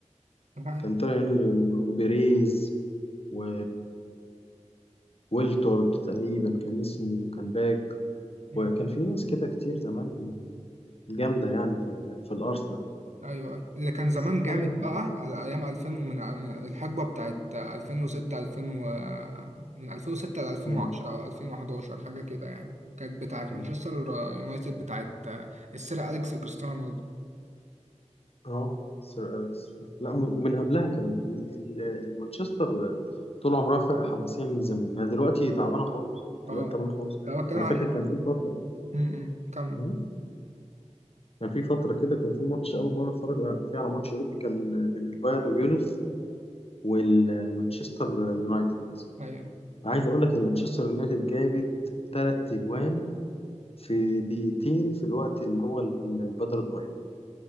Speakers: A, on the right; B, on the left.
A: دي حقيقة.
B: كان تيري هنري وبيريز و ويلتورد تقريبا كان اسمه كان باك
A: مم.
B: وكان في ناس كده كتير زمان جامدة يعني في ال- في الأرسنال
A: ايوه اللي كان زمان
B: بس
A: جامد
B: خلاص
A: بقى على ايام 2000 ومن من الحقبه بتاعت 2006 2000 و... من 2006 ل 2010
B: مم.
A: او 2011 حاجه كده يعني كانت بتاعت
B: مم.
A: مانشستر يونايتد بتاعت السير اليكس وكريستيانو رونالدو
B: اه سير أليكس لا م- ومن قبلها كمان ال- ال- مانشستر طول عمرها فرقة حماسية من زمان يعني دلوقتي تعبانة خالص
A: اه
B: دلوقتي تعبانة خالص
A: لو بتكلم
B: أنا
A: على
B: فاكر
A: الحته
B: كان في فترة
A: م- م. كم
B: مم. كان في فترة كده كان في ماتش أول مرة أتفرج فيه على ماتش أوروبي كان بين البايرن ميونخ والمانشستر يونايتد
A: ايوه
B: عايز أقول لك المانشستر يونايتد جابت ثلاث أجوان في دقيقتين في الوقت اللي هو ال- البدل الضايع